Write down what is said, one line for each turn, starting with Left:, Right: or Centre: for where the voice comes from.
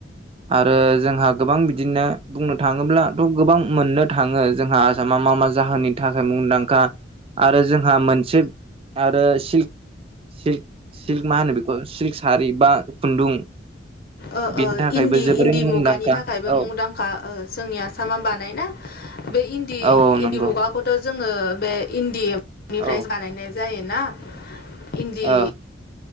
Right: आरो जोंहा गोबां बिदिनो बुंनो थाङोब्लाथ' गोबां मोननो थाङो जोंहा आसाम मा मा मा जाहोननि थाखाय मुंदांखा आरो जोंहा मोनसेब आरो सिल्क सिल्क सिल्क मा होनो बेखौ सिल्क सारि बा खुन्दुं
Left: ओ
Right: बिनि
Left: ओ
Right: थाखायबो
Left: इन्दि
Right: जोबोरैनो
Left: इन्दि
Right: मुंदांखा
Left: मुगानि थाखायबो
Right: औ
Left: मुंदांखा ओ जोंनि आसामा बानायनाय बे इन्दि
Right: औ
Left: इन्दि
Right: नंगौ
Left: मुगाखौथ' जोङो बे इन्दि एनिफ्राय
Right: औ
Left: बानायनाय जायोना। इन्दि
Right: औ